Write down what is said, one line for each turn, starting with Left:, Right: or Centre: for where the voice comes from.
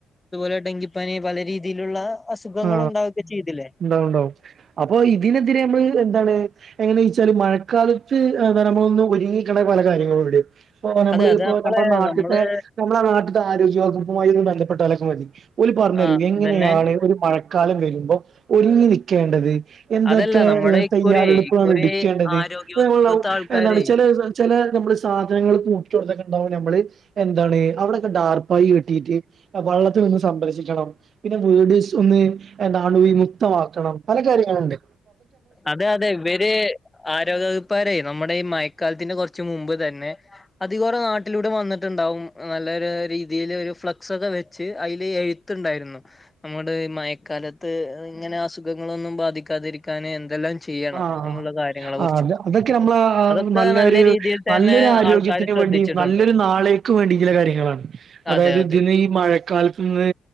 Left: അതുപോലെ ഡെങ്കിപ്പനി പല രീതിയിലുള്ള അസുഖങ്ങൾ
Right: ആ
Left: ഉണ്ടാവുകയൊക്കെ ചെയ്തില്ലേ
Right: ഉണ്ടാവുംണ്ടാവും അപ്പ ഇതിനെതിരെ നമ്മള് എന്താണ് എങ്ങന വെച്ചാല് മഴക്കാലത്ത് വരാൻ പോകുന്ന ഒരുങ്ങയിക്കണ്ട പല കാര്യങ്ങളുണ്ട്വടെ ഇപ്പ നമ്മള്
Left: അതെ അത്
Right: ഇപ്പോ നമ്മളെ നാട്ട്ത്തെ
Left: നമ്മള്
Right: നമ്മളെ നാട്ട്ത്തെ ആരോഗ്യ വകുപ്പുമായി ഒന്ന് ബന്ധപ്പെട്ടാലൊക്കെ മതി. ഓല് പറഞ്ഞരും
Left: ആ
Right: എങ്ങനെയാണ്
Left: അതന്നെ
Right: ഒരു മഴക്കാലം വരുമ്പോ ഒരുങ്ങി നിക്കേണ്ടത്? എന്തൊക്കെ
Left: അതല്ല നമ്മുടെ ഇക്കുറി
Right: തയ്യാറെടുപ്പുകളാണ്
Left: ഇക്കുറി
Right: എടുക്കേണ്ടത്?
Left: ആരോഗ്യ
Right: പ്പോ
Left: വകുപ്പ്ത്തെ
Right: ഞമ്മളെന്താവും?
Left: ആൾക്കാരെ
Right: എന്താണ് ചെല ചെല ഞമ്മള് സാധനങ്ങൾ കൂട്ടിട്ടോടത്ത് ഓക്കേണ്ടാവും ഞമ്മള്. എന്താണ്? അവിടൊക്കെ ഡാർപ്പായി കെട്ടീട്ട് വള്ളത്ത് ഒന്ന് സംരക്ഷിക്കണം. പിന്നേ വീട് ഒന്ന് അണുവിമുക്തമാക്കണം. പല കാര്യങ്ങള്ണ്ട്‌.
Left: അതെ അതെ. ഇവര് ആരോഗ്യവകുപ്പാരേ നമ്മുടെ ഈ മയ കാലത്തിന്റെ കൊറച്ച് മുമ്പ് തന്നെ അതി കൊറെ നാട്ടിലൂടെ വന്നിട്ടുണ്ടാവും നല്ല ഒര് രീതില് ഒരു ഫ്ലക്സ് ഒക്കെ വെച്ച് അയില് എഴുത്ത്ണ്ടായിരുന്നു നമ്മുടെ മയക്കാലത്ത് ഇങ്ങനെ അസുഖ ങ്ങളൊന്നും ബാധിക്കാതിരിക്കാന് എന്തെല്ലാം ചെയ്യണം
Right: ആ
Left: എന്നുള്ള കാര്യങ്ങളെ കുറിച്ചും
Right: ആ അ അതൊക്കെ നമ്മള
Left: അതൊക്കെ
Right: നല്ലൊരു
Left: നല്ല രീതിയിൽ തന്നെ
Right: നല്ലൊരു ആരോഗ്യത്തിന്
Left: ആൾക്കാര് ശ്രദ്ധിച്ചിട്ടുണ്ട്
Right: പ്പടിം നല്ലൊരു നാളക്ക് വേണ്ടി ചില കാര്യങ്ങളാണ്. അതായത്
Left: അതെ അതെ
Right: ഇജ്ജ്ന്ന് ഈ മഴക്കാലത്ത്ന്ന്